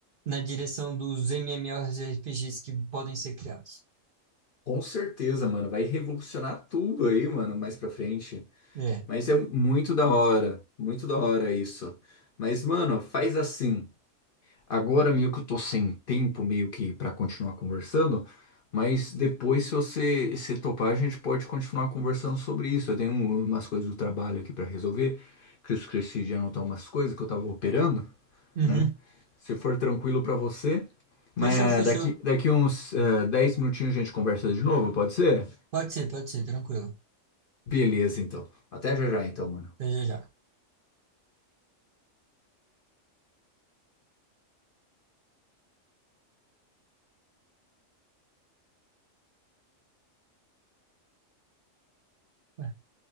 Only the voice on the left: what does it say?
Com certeza, mano. Vai revolucionar tudo aí, mano, mais pra frente.
Mas é muito da hora. Muito da hora isso. Mas, mano, faz assim. Agora meio que eu tô sem tempo meio que para continuar conversando, mas depois se você se topar, a gente pode continuar conversando sobre isso. Eu tenho um, umas coisas do trabalho aqui para resolver, que eu esqueci de anotar umas coisas que eu tava operando,
né? Se for tranquilo para você, mas
daqui daqui uns eh, 10 minutinhos a gente conversa de novo, pode ser?
Beleza, então. Até já já, então, mano.